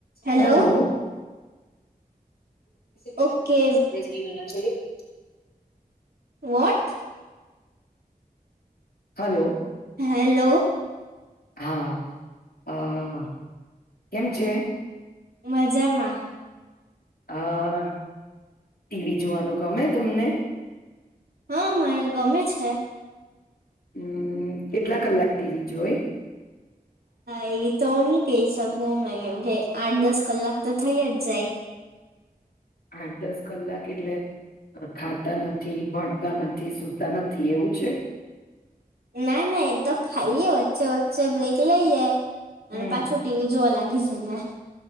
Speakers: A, on the right; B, on the left.
A: Hello
B: hello. <unintelligible>
A: Okay what
B: hello.
A: Hello.
B: હા હ. કેમ છે?
A: મજામાં.
B: હા ટીવી જોવાનું ગમે તમને.
A: હા મરે ગમે છે.
B: હમ. કેટલા કલાક ટીવી જોઈ
A: હા એ તો ન કે સક હ મે કેમ કે આઠ દસ કલાક તો થઇ જ જાય.
B: આઠ દસ કલાક એટલે ખાતા નથી ભણતા નથી સુતા નથી એવું છે.
A: ના ના એ તો ખાઈએ વચ્ચે વચ્ચે બ્રેક લઈએ. અને
B: હમ
A: પાછો ટીવી જોવા લાગે લી જ નહી.